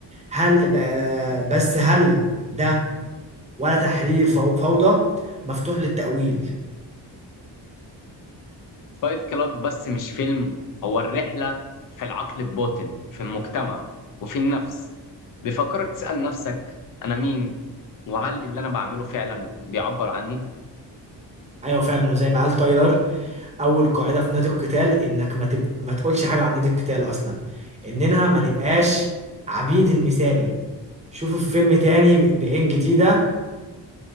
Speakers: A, on the right; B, on the left.
A: هل ب... بس هل ده ولا تحرير فو- فوضى مفتوح للتأويل
B: فايت كلاب بس مش فيلم هو الرحلة في العقل الباطن في المجتمع وفي النفس بيفكرك تسأل نفسك أنا مين وهل اللي أنا بعمله فعلا بيعبر عني
A: ايوه فعلا وزي ما قال تايلر اول قاعده في نادي القتال انك ما تب... ما تقولش حاجه عن نادي القتال اصلا اننا ما نبقاش عبيد المثالي شوفوا الفيلم تاني ب- بعين جديده